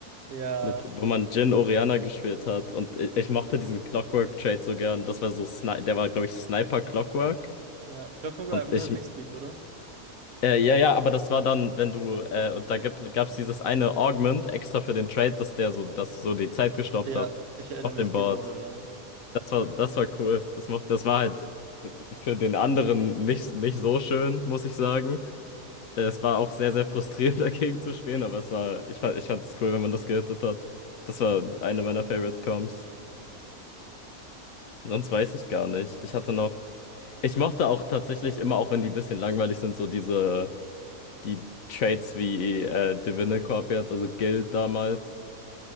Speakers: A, on the right (about 75°); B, on the left (about 70°).
A: Ja,
B: mit, wo man Jhin Orianna gespielt hat. Und ich, ich mochte diesen Clockwork Trade so gern. Das war so, Sni der war, glaube ich, Sniper Clockwork.
A: Ja, Clockwork war
B: Und
A: einfach
B: ich,
A: der Textbeat, oder?
B: Äh, ja, ja, aber das war dann, wenn du, äh, und da gibt, gab's dieses eine Augment extra für den Trade, dass der so, dass so die Zeit gestoppt
A: Ja,
B: hat
A: ich erinnere
B: auf
A: mich
B: dem Board.
A: genau daran.
B: Das war, das war cool. Das macht, das war halt für den anderen nicht, nicht so schön, muss ich sagen. Äh, Es war auch sehr, sehr frustrierend <laughs> dagegen zu spielen, aber es war, ich fand, ich fand es cool, wenn man das gehittet hat. Das war eine meiner Favorite Comps. Sonst weiß ich gar nicht. Ich hatte noch, ich mochte auch tatsächlich immer, auch wenn die ein bisschen langweilig sind, so diese die Trades wie äh, Divinicorp jetzt, also Guild damals.